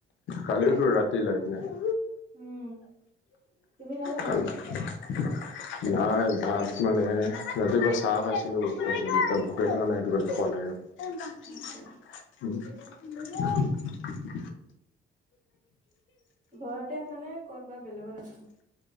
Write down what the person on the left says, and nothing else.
কালিওতো ৰাতি লাইট নাই৷
কালি নাই ভাত মানে ৰাতিপুৱা চাহ খাইছিলো৷পল এতি <unintelligible> নাই সটোলে পোৱা
নাই আৰু উ <unintelligible>